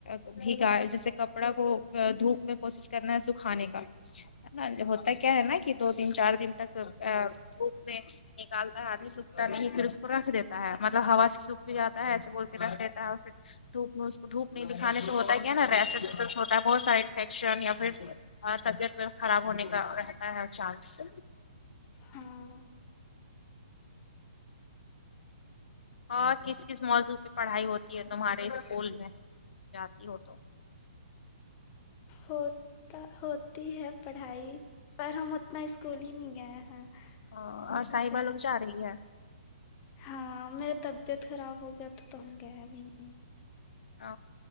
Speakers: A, on the left (about 70°); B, on the left (about 30°).
A: بیھگا جیسے کپڑا کو دھوپ میں کوشش کرنا ہے سکھانے کا نا ہوتا کیا ہے نا کہ دو دن چار دن تک ا دھوپ میں نکالتا ہے آدھی سوکھتا نہیں پھر اس کو رکھ دیتا ہے مطلب ہوا سے سوکھ بھی جاتا ہے ایسے بول کے رکھ دیتا ہے اور پھر دھوپ میں اس کو دھوپ نہیں دکھانے سے ہوتا ہے کیا نا ریسس ویسس ہوتا ہے بہت سارا انفیکشن یا پھر ہاں طبیعت بی خراب ہونے کا رہتا ہے چانس
B: ہاں
A: اور کس کس موضوع پہ پڑھائی ہوتی ہے تمہارے اسکول میں جاتی ہو تو
B: ہو ہوتی ہے پڑھائی پر ہم اتنا اسکول ہی نہیں گئے ہیں
A: ہ اور
B: اس
A: صائبہ
B: ٹائم
A: لوگ جا
B: سے
A: رہی ہے
B: ہاں میرا طبیعت خراب ہو گیا تو تو ہم گئے بھی نہیں
A: ا